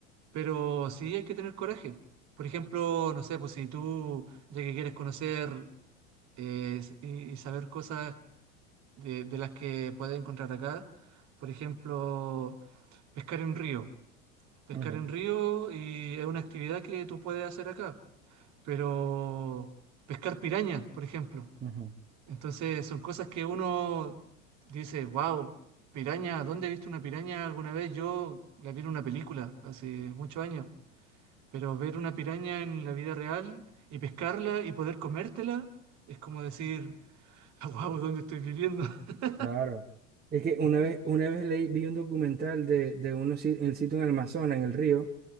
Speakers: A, on the right; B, on the right.
A: pero sí hay que tener coraje. Por ejemplo, no sé, pues si tú, ya que quieres conocer eh, y, y saber cosas de, de las que puedes encontrar acá, por ejemplo, pescar en un río. Pescar
B: Ujú,
A: en río y es una actividad que tú puedes hacer acá, pero pescar pirañas, por ejemplo.
B: ujú,
A: Entonces son cosas que uno dice, wow, piraña, ¿dónde he visto una piraña alguna vez? Yo la vi en una película hace muchos años, pero ver una piraña en la vida real y pescarla y poder comértela es como decir, <laughs> wow, ¿dónde estoy viviendo? <laughs>
B: Claro. Es que una vez, una vez leí, vi un documental de, de unos, si- el sitio en el Amazonas, en el río